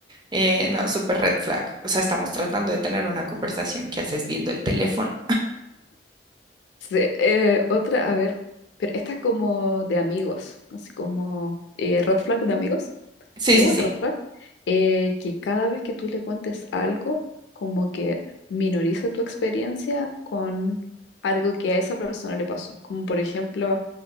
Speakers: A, on the right; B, on the left.
A: eh, no, súper red flag, o sea, estamos tratando de tener una conversación que haces viendo el teléfono.
B: Sí, eh, otra, a ver, pero esta es como de amigos, así como eh, red flag de amigos,
A: Sí,
B: pero
A: sí,
B: igual
A: sí.
B: red flag, eh, que cada vez que tú le cuentes algo, como que minoriza tu experiencia con algo que a esa persona le pasó. Como por ejemplo,